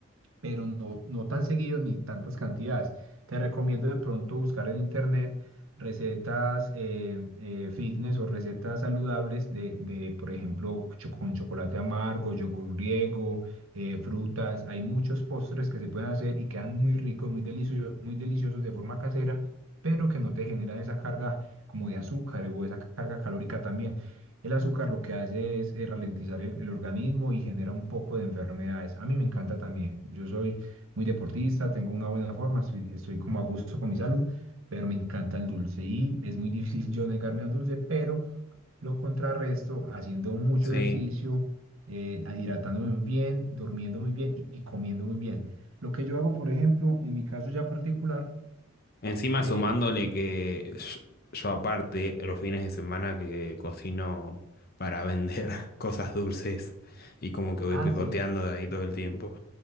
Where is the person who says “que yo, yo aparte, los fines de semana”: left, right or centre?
Left